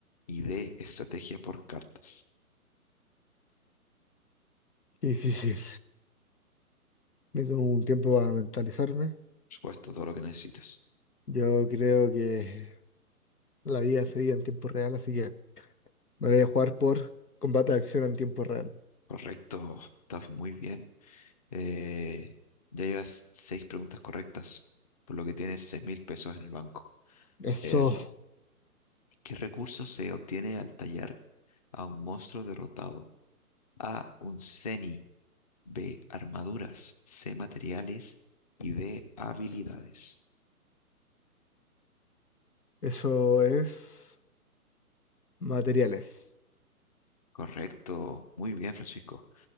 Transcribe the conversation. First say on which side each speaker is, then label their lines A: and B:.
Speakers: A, on the left; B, on the left.
A: Y D. Estrategia por cartas.
B: Qué difícil. Necesito un tiempo para mentalizarme.
A: Por supuesto, todo lo que necesitas.
B: Yo creo que La vida seguía en tiempo real, así que me voy a jugar por combate de acción en tiempo real.
A: Correcto, estás muy bien. Eh, ya llevas seis preguntas correctas, por lo que tienes seis mil pesos en el banco.
B: Eso,
A: Eh, ¿qué recurso se obtiene al tallar a un monstruo derrotado? A, un Zeni, B, armaduras, C, materiales y D, habilidades.
B: eso es materiales.
A: Correcto, muy bien, Francisco.